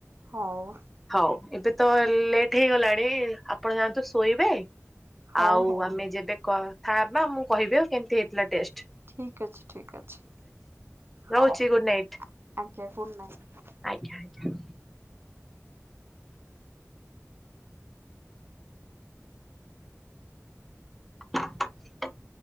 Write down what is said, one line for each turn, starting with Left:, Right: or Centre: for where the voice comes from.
Right: ହଉ।
Centre: ହଉ ଏବେ ତ ଲେଟ୍ ହେଇଗଲାଣି ଆପଣ ଯାଆନ୍ତୁ ଶୋଇବେ।
Right: ହଉ
Centre: ଆଉ
Right: ହଉ
Centre: ଆମେ ଯେବେ କଥା ହବା ମୁଁ କହିବି ଆଉ କେମିତି ହେଇଥିଲା ଟେଷ୍ଟ?
Right: ଠିକ ଅଛି, ଠିକ ଅଛି।
Centre: ରହୁଛି
Right: ହଉ
Centre: ଗୁଡ୍ ନାଇଟ୍।
Right: ଆଜ୍ଞା ଗୁଡ଼ ନାଇଟ।
Centre: ଆଜ୍ଞା ଆଜ୍ଞା। <inaudible>